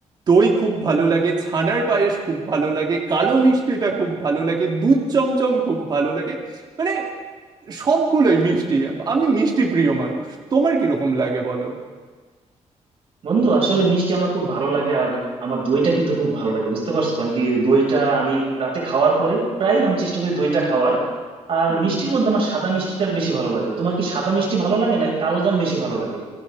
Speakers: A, on the right (about 35°); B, on the right (about 50°).
A: দই খুব ভালো লাগে ছানার পায়েস খুব ভালো লাগে কালো মিষ্টিটা খুব ভালো লাগে দুধ চমচম খুব ভালো লাগে মানে সবগুলোই মিষ্টি আমি মিষ্টি প্রিয় মানুষ তোমার কিরকম লাগে বলো
B: বন্ধু আসলে মিষ্টি আমার খুব ভালো লাগে আর আমার দইটা কিন্তু খুব ভালো লাগে বুঝতে পারছো কারণ কি দইটা আমি রাতে খাওয়ার পরে প্রায় আমি চেষ্টা করি দইটা খাওয়ার আর
A: হুম
B: মিষ্টির মধ্যে আমার সাদা মিষ্টিটা বেশি ভালো লাগে তোমার কি সাদা মিষ্টি ভালো লাগে নাকি কালো জাম বেশি ভালো লাগে